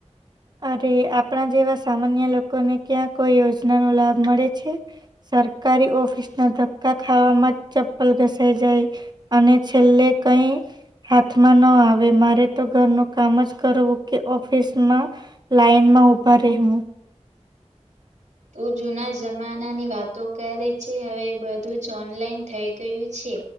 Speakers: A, on the right (about 35°); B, on the right (about 80°).
A: અરે આપણા જેવા સામાન્ય લોકોને ક્યાં કોઈ યોજનાનો લાભ મળે છે. સરકારી ઓફિસના ધક્કા ખાવામાં ચપ્પલ ઘસાઈ જાય અને છેલ્લે કંઈ
B: <unintelligible> <inaudible>
A: હાથમાં ન આવે મારે તો ઘરનું કામ જ કરવું કે ઓફિસમાં લાઈનમાં ઉભા રહેેવું
B: તું જુના જમાનાની વાતો કરે છે, હવે બધું જ ઓનલાઈન થઈ ગયું છે.